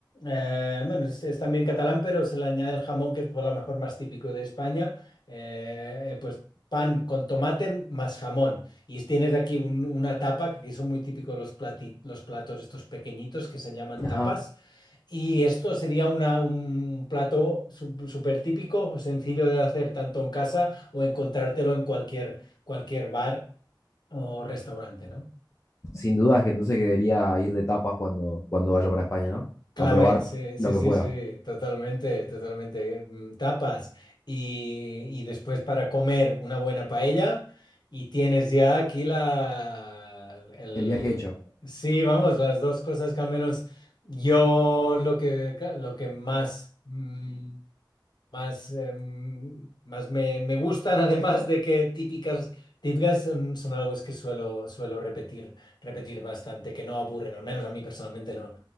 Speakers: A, on the left; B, on the left.
A: eh, bueno, es, es también catalán, pero se le añade el jamón que es por lo mejor más típico de España, eh, eh, pues pan con tomate más jamón. Y tienes aquí un- una tapa, que aquí son muy típicos los plati- los platos estos pequeñitos que se llaman
B: ajá.
A: tapas y esto sería una- un plato su- súper típico, sencillo de hacer tanto en casa o encontrártelo en cualquier, cualquier bar o restaurante, ¿no?
B: Sin dudas que entonces que debería ir de tapas cuando, cuando vaya para España, ¿no?
A: Clave,
B: A probar
A: sí, sí,
B: lo que
A: sí,
B: pueda.
A: sí, totalmente, totalmente. Mm, Tapas y, y después para comer una buena paella y tienes ya aquí la... El,
B: El viaje hecho.
A: sí, vamos, las dos cosas que al menos yo lo que, lo que más... mm, más, em, más me, me gustan, <laughs> además de que típicas, típicas son, son algo es que suelo, suelo repetir, repetir bastante, que no aburren, al menos a mí personalmente no,